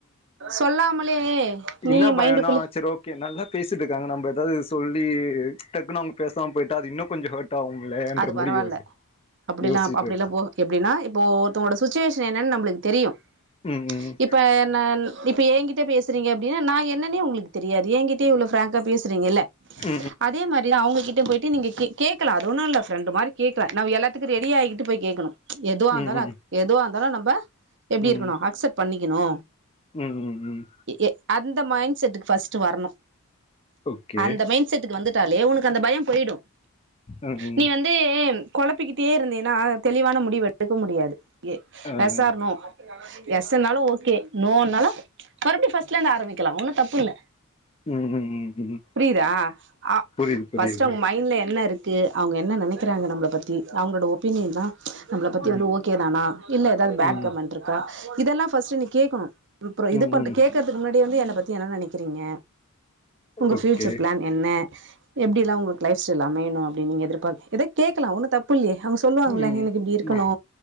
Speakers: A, on the right; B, on the left.
A: சொல்லாமலே நீயே
B: இன்ன பயோனா
A: மைண்டுக்குள்ளே
B: சேர் ஓகே நல்லா பேசிட்ருக்காங்க நம்ப எதாது சொல்லி டக்குன்னு அவுங்க பேசாம போய்ட்டா அது இன்னு கொஞ்ச ஹேட் ஆகும் இல்லேன்ற
A: அது
B: மாரி
A: பரவால்ல
B: யோசி
A: அப்டிலா
B: யோசிச்சிட்ருக்
A: அப்டிலா போ எப்டின்னா இப்போ ஒருத்தவுங்களோட சுச்சுவேஷன் என்னன்னு நம்மளுக்கு தெரியும்
B: ம் ம்
A: இப்ப நான் இப்பே எங்கிட்ட பேசுறீங்க அப்டினா நா என்னன்னே உங்களுக்கு தெரியாது எங்கிட்டேயு இவ்ளோ ப்ராங்கா பேசுறீங்க இல்ல
B: ம் ம் ம் ம் ம்
A: அதே மாரிதா அவுங்ககிட்ட பொயிட்டு நீங்க கேக் கேக்கலா அது ஒன்னு இல்ல ப்ரெண்ட்டு் மாரி கேக்லா நவ் எல்லாத் எல்லாத்துக்கு ரெடி ஆயிகிட்டு போய் கேக்கணு எதுவா
B: ம்
A: இருந்தாலு அக் எதுவா இருந்தாலு நம்ப எப்டி
B: ம்
A: இருக்கணு அக்சப் பண்ணிக்கணு
B: ம் ம் ம்
A: எ ஏ அந்த மைண்ட் செட்டுக் ஃபர்ஸ்ட்டு வரணு
B: ஓகே
A: அந்த மைண் செட்டுக்கு வந்துட்டாலே ஒனக்கு அந்த பயோ பொயிடு
B: அ ஹ்ம்
A: நீ வந்து கொழப்பிக்கிட்டே இருந்தீயன்னா தெளிவான முடிவு வெடுக்க முடியாது ஏ
B: ஆ ஆ
A: எஸ் ஆர் நோ எஸ்ஸுனாலு ஓகே நோனாலு மறுபடியு ஃபர்ஸ்ட்லந்து ஆரம்பிக்கலா ஒன்னு தப்புல்ல
B: ம் ம் ம் ம்
A: புரிதா அ
B: புரியுது புரியுது
A: ஃபர்ஸ்ட் அவங்க மைண்ட்ல என்ன இருக் க்கு அவங்க என்ன நெனைக்கிறாங்க நம்பள பத்தி அவங்களோட ஒப்பீனியன்னா நம்பள பத்தி
B: ம்
A: வந்து ஓகே தானா இல்ல எதாவ்து பேட்
B: ம்
A: கமெண்ட் இருக்கா இதெல்லா ஃபர்ஸ்ட் நீ கேக்கணு பிப்புறோ இது
B: ம்
A: பண்ண
B: ம்
A: கேக்குறதுக்கு முன்னாடியே வந்து என்ன பத்தி என்ன நெனைக் க்றீங்க உங்க
B: ஓகே
A: பியூச்சர் பிளான் என்ன எப்டில்லா உங்களுக் லைஃப் ஸ்டைல் அமையணு அப்டின் நீங்க எதிர்பா எதா கேக்கலா ஒன்னு தப்புல்லையே அவங்க சொல்லுவாங்களா
B: ம்
A: எனக்கு இப்டி இருக்கணு
B: ம்